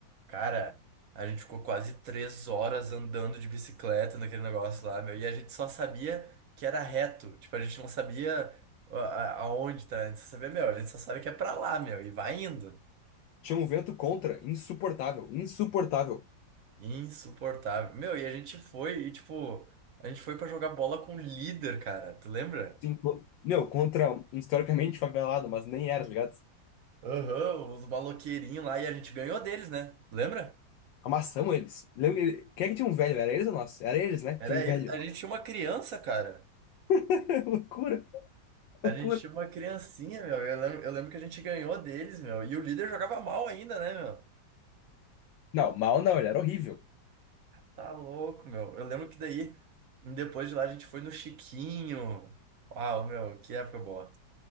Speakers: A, on the right; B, on the left.
A: Cara, a gente ficou quase três horas andando de bicicleta naquele negócio lá, meu, e a gente só sabia que era reto. Tipo, a gente não sabia a- a- aonde tá, a gente só sabia, meu, a gente só sabe que é pra lá, meu, e vai indo.
B: Tinha um vento contra, insuportável, insuportável.
A: Insuportável. Meu, e a gente foi, e tipo, a gente foi pra jogar bola com o líder, cara. Tu lembra?
B: Sim, co- meu, contra um historicamente favelado, mas nem era, tá ligado?
A: Aham, os maloqueirinhos lá, e a gente ganhou deles, né? Lembra?
B: Amassamos eles. Lembra, ele- quem é que tinha um velho? Era eles ou nós? Era eles, né? Tinha
A: Era
B: um
A: eles.
B: velho.
A: A gente tinha uma criança, cara.
B: <laughs> Loucura,
A: A
B: loucura.
A: gente tinha uma criancinha, meu. Eu lembro, eu lembro que a gente ganhou deles, meu. E o líder jogava mal ainda, né, meu?
B: Não, mal não, ele era horrível.
A: Tá louco, meu. Eu lembro que daí, depois de lá, a gente foi no Chiquinho. Uau, meu, que época boa.